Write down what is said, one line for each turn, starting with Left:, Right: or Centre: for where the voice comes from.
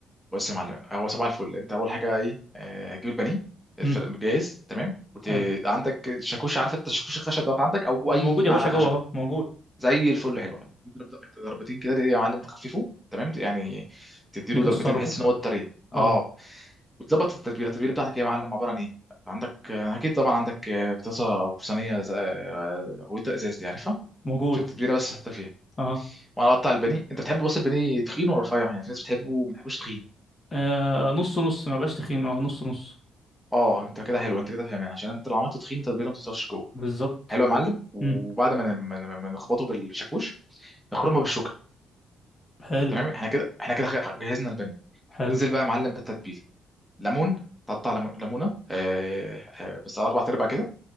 Centre: بص يا معلم هو صباح الفل انت اول حاجه ايه آه، هتجيب البانيه الفرن
Left: امم
Centre: جاهز تمام وت...
Left: حلو
Centre: عندك شاكوش عارف انت الشاكوش الخشب دوت عندك او
Left: موجود
Centre: اي
Left: يا
Centre: معلقه
Left: باشا
Centre: خشب
Left: جوه اهو موجود
Centre: زي الفل حلو يعني تضرب دق- ضربتين كده يا معلم تخففه تمام يعني تديله
Left: نكسره
Centre: ضربتين بحيث
Left: كده
Centre: ان هو الطريق
Left: اه
Centre: اه وتظبط التتبيله التتبيله بتاعتك إيه يا معلم عباره عن ايه عندك آه، اكيد طبعا عندك آه، بطاطا او صينيه ز- آه، غويطه ازاز دي عارفها
Left: موجود
Centre: عشان التتبيله بس تحط فيها
Left: اه
Centre: وانا اقطع البانيه انت بتحبه بس البانيه تخين ولا رفيع يعني في ناس بتحبه ما بتحبوش تخين
Left: آه نص نص ما بقاش تخين اه نص نص
Centre: اه انت كده حلو انت كده فاهمان عشان انت لو عملته تخين التتبيله ما بتوصلش جوه
Left: بالظبط
Centre: حلو يا معلم وبعد
Left: امم
Centre: ما ما- ما- ن- ما نخبطه بالشاكوش نخرمه بالشوكه
Left: حلو
Centre: تمام احنا كده احنا كده جهزنا البانيه
Left: حلو
Centre: انزل بقى يا معلم بالتتبيله ليمون تقطع ليمون- ليمونه آه آه بس اربع ارباع كده